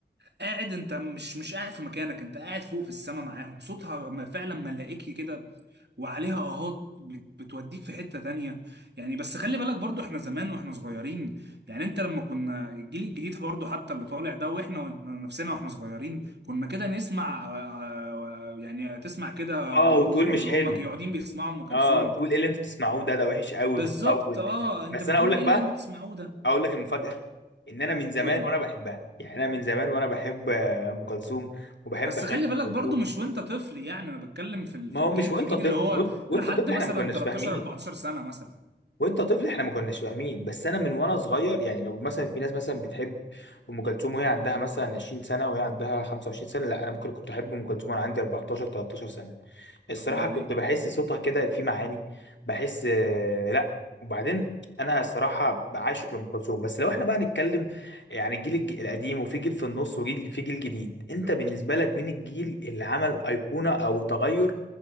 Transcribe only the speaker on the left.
اه
وتقول
مش حلو
اه تقول ايه اللي انتوا بتسمعوه ده ده وحش قوي
بتطول
بس
انا اقول لك
بقى
اقول لك المفاجاه ان انا من زمان
وانا بحبها يعني انا من زمان وانا بحب آه، ام كلثوم وبحب
اغاني
ام
كلثوم
ما
هو
مش
وانت طفل
بص وانت
طفل احنا
ما كناش
فاهمين
وانت طفل احنا ما كناش فاهمين بس انا من وانا صغير يعني لو مثلا في ناس مثلا بتحب ام كلثوم وهي عندها مثلا 20 سنه وهي عندها 25 سنه لا انا ممكن كنت احب ام كلثوم وانا عندي 14 13 سنه الصراحة
كنت بحس صوتها كده فيه معاني بحس آه، لا وبعدين انا الصراحة بعاشق لأم كلثوم بس لو احنا بقى نتكلم يعني الجيل الج- القديم وفي جيل في النص وجيل في جيل جديد انت بالنسبة لك مين الجيل اللي عمل أيقونة او تغير